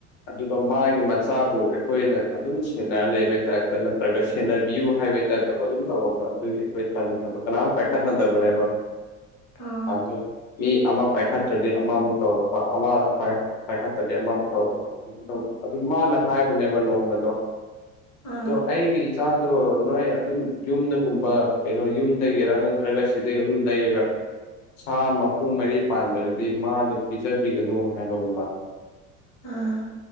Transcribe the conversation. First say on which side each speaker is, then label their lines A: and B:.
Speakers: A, on the left (about 65°); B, on the left (about 35°).
A: ꯑꯗꯨꯒ ꯃꯥꯒꯤ ꯃꯆꯥꯕꯨ ꯑꯩꯈꯣꯏꯅ ꯑꯗꯨꯝ ꯁꯦꯟꯅꯔ ꯂꯩꯕꯩ ꯇꯥꯏꯞꯇ ꯅꯠꯇ꯭ꯔꯒ ꯁꯦꯟꯅꯕꯤꯌꯨ ꯍꯥꯏ ꯍꯥꯏꯕꯩ ꯇꯥꯏꯞꯣ ꯑꯗꯨꯝ ꯇꯧꯔꯛꯄ ꯑꯗꯨꯒꯤ ꯇꯟꯗꯅ ꯀꯅꯥꯝ ꯄꯥꯏꯈꯠꯅꯗꯕꯅꯦꯕ
B: ꯑꯣ
A: ꯑꯗꯣ ꯃꯤ ꯑꯃ ꯄꯥꯏꯈꯠꯇ꯭ꯔꯗꯤ ꯑꯃꯃꯨꯛ ꯇꯧꯔꯛꯄ ꯑꯃ ꯄꯥꯏꯈꯠ ꯗꯤ ꯑꯃꯨꯛ ꯇꯧꯔꯛꯄ ꯑꯗꯨꯝ ꯇꯧꯕ ꯥ ꯑꯗꯨ ꯃꯥꯅ ꯍꯥꯏꯕꯅꯦꯕ ꯅꯣꯡꯃꯗꯣ
B: ꯑꯥ
A: ꯑꯗꯣ ꯑꯩꯒꯤ ꯏ ꯆꯥꯗꯣ ꯅꯣꯏ ꯑꯗꯨꯝ ꯌꯨꯝꯗꯒꯨꯝꯕ ꯀꯩꯅꯣ ꯌꯨꯝꯗꯒꯤꯔꯥ ꯅꯠꯇ꯭ꯔꯒ ꯁꯤꯗꯒꯤ ꯑꯗꯨꯝ ꯂꯩꯔꯒ ꯁꯥ ꯃꯈꯣꯡ ꯃꯔꯤ ꯄꯥꯟꯕꯗꯨꯗꯤ ꯃꯥꯗꯨ ꯄꯤꯖꯕꯤꯒꯅꯨ ꯍꯥꯏꯕꯒꯨꯝꯕ
B: ꯑꯥ